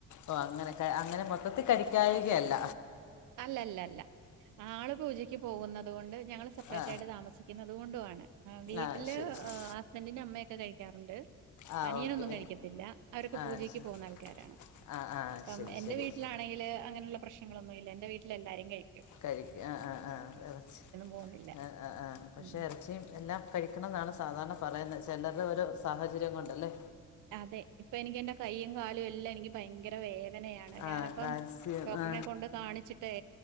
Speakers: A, on the left (about 75°); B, on the right (about 85°).
A: ഓ അങ്ങനെ ക അങ്ങനെ മൊത്തത്തിൽ കഴി ക്കായികയല്ല
B: അല്ല അല്ല അല്ല ആള് പൂജക്ക് പോകുന്നത് കൊണ്ട് ഞങ്ങള് സെപ്പറേറ്റ്
A: ആ
B: ആയിട്ട് താമസിക്കുന്നത് കൊണ്ടു ആണ് വീട്ടില്
A: ആ ശരി ശരി
B: ഹസ്ബന്റിന്റെ അമ്മയൊക്കെ കഴി ക്കാറുണ്ട്.
A: ആ
B: അനിയനൊന്നും
A: ഓക്കെ
B: കഴിക്കത്തില്ല അവരൊക്കെ
A: ആ
B: പൂജക്ക്
A: ശരി
B: പോകുന്ന ആൾക്കാരാണ്
A: ആ ആ
B: അപ്പം
A: ശരി
B: എന്റെ
A: ശരി
B: വീട്ടിലാണെങ്കില് അങ്ങനെയുള്ള പ്രശ്നങ്ങളൊന്നുംല്ല എ ന്റെ വീട്ട്ലെല്ലാരും കഴി
A: കഴിക്ക ആ ആ ആ ഇറച്ചി
B: പോകുന്നില്ല
A: ആ ആ ആ പക്ഷേ
B: ഉം
A: ഇറച്ചിയും എല്ലാം കഴിക്കണം എന്നാണ് സാധാരണ പറയുന്നത് ചെലതോരോ സാഹചര്യംകൊണ്ടല്ലേ
B: അതെ ഇപ്പൊ എനിക്കെന്റെ കയ്യും കാലുംഎല്ലാം എനിക്ക് ഭയങ്കര വേ ദനയാണ്
A: ആ
B: ഞാനപ്പം
A: കാൽസ്യം
B: ഡോക്ടറിനെ
A: ആ
B: കൊണ്ട് കാണിച്ചിട്ടേ